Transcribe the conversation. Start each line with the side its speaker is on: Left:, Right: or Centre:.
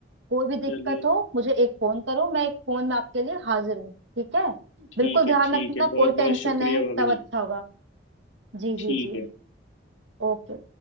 Right: कोई भी दिक्कत
Left: चलिए
Right: हो मुझे एक फोन करो मैं एक फोन में आपके लिए हाजिर हूँ ठीक है
Left: ठीक
Right: बिल्कुल
Left: है
Right: ध्यान
Left: ठीक
Right: रखना
Left: है
Right: कोई
Left: बहुत बहुत
Right: टेंशन
Left: शुक्रिया
Right: नहीं
Left: भाभी
Right: सब
Left: जी
Right: अच्छा होगा जी जी
Left: ठीक
Right: जी
Left: है
Right: ओके